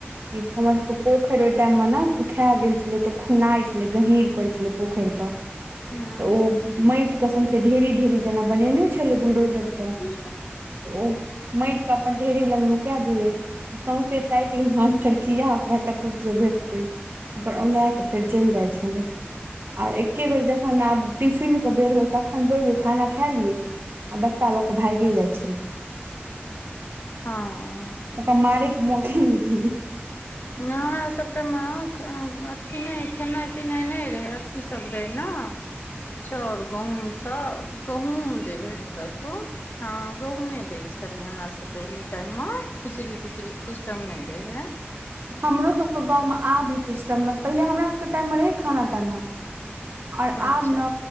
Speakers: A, on the right (about 60°); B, on the left (about 55°).
A: ई हमर सबके पोखरि ओहि टाइम मे ने सुखा गेल छलै तऽ खुनाइ छलै गहीर करै छलै पोखैर कऽ
B: हँ
A: तऽ ओ माईट के सौंसे ढेरी ढेरी जेना बनेने छलै बुल्डोजर स
B: न
A: ओ माईट प अपन ढेरी ल नुकाए जइए सौंसे ताक ले मास्टर किया ओकरा कतहु केओ भेटतै अपन औना कऽ फेर चैल जार छलै आ एके बेर जखन आब टिफिनके बेर होय तखन जइयै खाना खा लियै आ बस्ता ल क भागि जाय छै <inaudible>
B: हँ
A: ओ मारै क मैके न दिए
B: नय हमरासबके म अ अथी नय खेनाइ पिनाइ नय रहै अथी सब रहय ना चाउर गहुमसँ गहुम दे भरि सक हँ गहूँमे दै छलै हमरासबके पहिले टाइम म खिचड़ी तिचड़ीके सिस्टम नय रहै
A: हमरोसबके गाँवमे आब ई सिस्टम पहिले हमरास बके टाइम में रहै खाना ताना
B: अच्छा
A: ओर आब ना